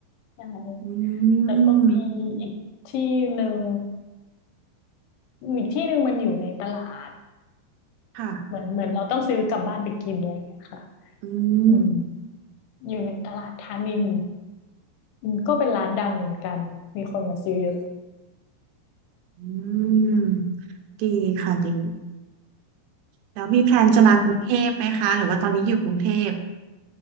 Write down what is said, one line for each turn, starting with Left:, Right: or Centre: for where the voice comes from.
Left: ใช่
Right: อื
Left: แล้วก็มีอีกที่หนึ่ง
Right: ม
Left: อีกที่หนึ่งมันอยู่ในตลาด
Right: ค่ะ
Left: เหมือนเหมือนเราต้องซื้อกลับบ้านไปกินอะไรเงี้ยค่ะ
Right: อืม
Left: อืมอยู่ในตลาดธานินอืมก็เป็นร้านดังเหมือนกันมีคนมาซื้อเยอะ
Right: อืมดีค่ะดีแล้วมีแพลนจะมากรุงเทพไหมคะหรือว่าตอนนี้อยู่กรุงเทพ
Left: อืม